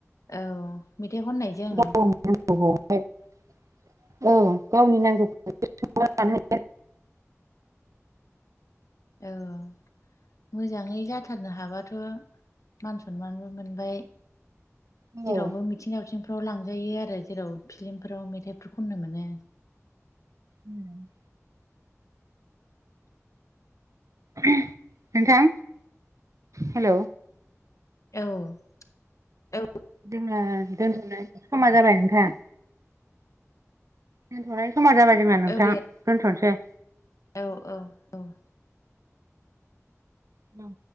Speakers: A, on the left; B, on the right.
A: औ मेथाइ खननायजों?
B: गावनि औ गावनि नांगौथिखौ सुफुंना लानो हायो।
A: औ मोजाङै जाथारनो हाबाथ'। मान सनमानबो मोनबाय
B: हायो
A: जेरावबो
B: औ
A: मिथिं-दावथिं फ्राव लांजायो आरो जेराव फिलिमफोराव मेथाइफोर खननो मोनो।
B: उम नोंथां हेलौ
A: औ औ
B: जोंना दोनथ'नाय समा जाबाय नोंथां। दोनथ'नायनि समा जाबाय जोंना नोंथां
A: औ दे
B: दोनथ'नोसै।
A: औ औ औ
B: औ